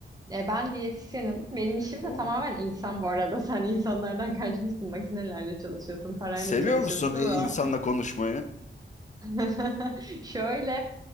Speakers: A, on the right (about 20°); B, on the left (about 40°).
A: E, ben diyetisyenim. Benim işim
B: Oo.
A: de tamamen insan bu arada. <laughs> Sen insanlardan kaçmışsın. Makinelerle çalışıyorsun, parayla
B: Seviyor
A: çalışıyorsun
B: musun e,
A: ama
B: insanla konuşmayı?
A: <laughs> Şöyle